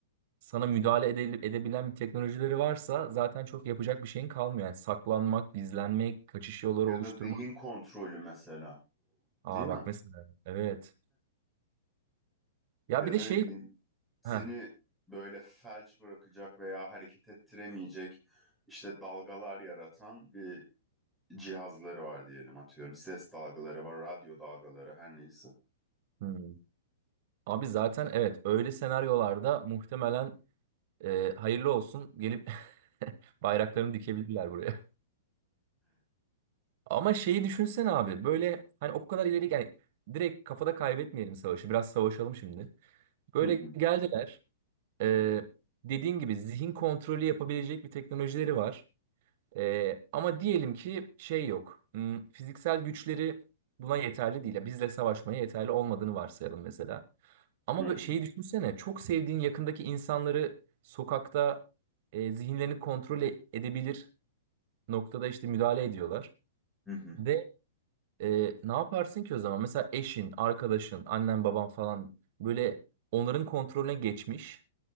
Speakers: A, on the right (about 50°); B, in the centre.
A: sana müdahale edel- edebilen bir teknolojileri varsa zaten çok yapacak bir şeyin kalmıyor. Yani saklanmak, gizlenmek, kaçış yolları
B: Ya
A: oluşturmak.
B: da zihin kontrolü mesela.
A: Aa
B: Değil mi?
A: bak mesela evet. Ya
B: Ya
A: bir de
B: da
A: şey
B: ne bileyim seni
A: heh,
B: böyle felç bırakacak veya hareket ettiremeyecek işte dalgalar yaratan bir cihazları var diyelim atıyorum. Ses dalgaları var, radyo dalgaları her neyse.
A: hmm. Abi zaten evet öyle senaryolarda muhtemelen e, hayırlı olsun gelip <laughs> bayraklarını dikebilirler buraya. Ama şeyi düşünsene abi böyle hani o kadar ileri yani direkt kafada kaybetmeyelim savaşı biraz savaşalım şimdi. Böyle
B: Hı hı,
A: geldiler e, dediğin gibi zihin kontrolü yapabilecek bir teknolojileri var. Ee, ama diyelim ki şey yok. Hmm, Fiziksel güçleri buna yeterli değil. Ya Bizle savaşmaya yeterli olmadığını varsayalım mesela. Ama
B: hı hı,
A: böyle şeyi düşünsene. Çok sevdiğin yakındaki insanları sokakta e, zihinlerini kontrol e- edebilir noktada işte müdahale ediyorlar.
B: hı hı.
A: Ve e, ne yaparsın ki o zaman? Mesela eşin, arkadaşın, annen, baban falan böyle onların kontrolüne geçmiş.